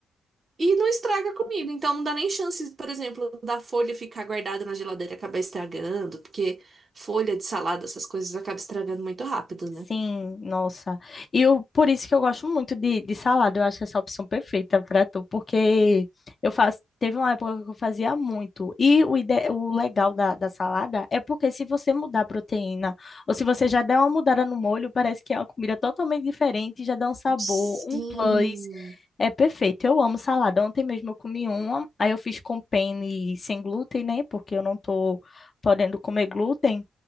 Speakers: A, on the right; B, on the left.
A: e não estraga a comida. Então não dá nem chance, por exemplo, da folha ficar guardada na geladeira e acabar estragando, porque folha de salada, essas coisas acaba estragando muito rápido,
B: Sim,
A: né?
B: nossa. E eu, por isso que eu gosto muito de, de salada. Eu acho essa opção perfeita para tu, porque eu faço. Teve uma época que eu fazia muito. E o, ide, o legal da, da salada é porque se você mudar a proteína, ou se você já der uma mudada no molho, parece que é uma comida totalmente diferente, já dá um sabor,
A: Sim.
B: um plus. É perfeito. Eu amo salada. Ontem mesmo eu comi uma, aí eu fiz com penne sem glúten, né? Porque eu não tô podendo comer glúten.